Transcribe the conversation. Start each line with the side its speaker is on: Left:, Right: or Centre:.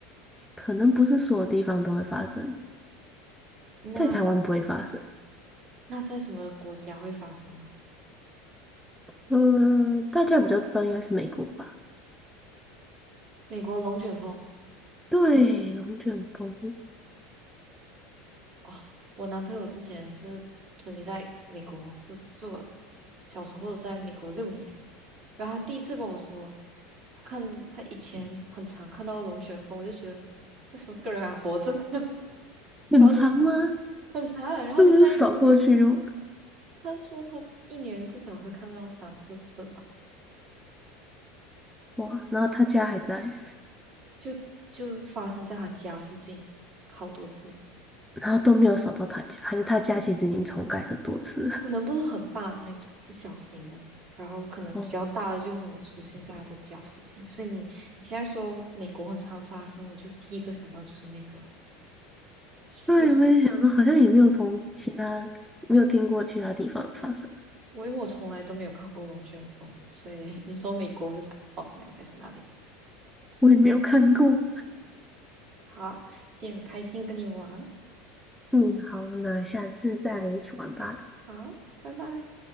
Centre: 可能不是所有地方都会发生
Right: 那
Centre: 在台湾不会发生。
Right: 那在什么国家会发生呢？
Centre: 嗯，大家比较知道应该是美国吧？
Right: 美国龙卷风
Centre: 对，龙卷风
Right: 哦，我男朋友之前是曾经在美国就住了，小时候在美国六年，然后他第一次跟我说，他看他以前很常看到龙卷风，我就觉得为什么这个人还活着？<laughs>
Centre: 很长吗？
Right: 然后你很长。然后你现在
Centre: 那不是扫过去就
Right: 他说他一年至少会看到三四次吧，
Centre: 哇，然后他家还在，
Right: 就就发生在他家附近好多次，
Centre: 然后都没有扫到他家，还是他家其实已经重盖很多次了。
Right: 可能不是很大的那种，是小型的。然后可能比较大的就没有出现在他的家附近，
Centre: 哦，
Right: 所以你你现在说美国很常发生，我就第一个想到就是那个，<laughs>
Centre: 对，
Right: 我从
Centre: 我也想到，好像也没有从其他没有听过其他地方发生，
Right: 我因为我从来都没有看过龙卷风，所以你说美国我就想哦，那应该是那里。
Centre: 我也没有看过。
Right: 好，今天很开心跟你玩，
Centre: 嗯，好，那下次再一起玩吧。
Right: 好，拜拜。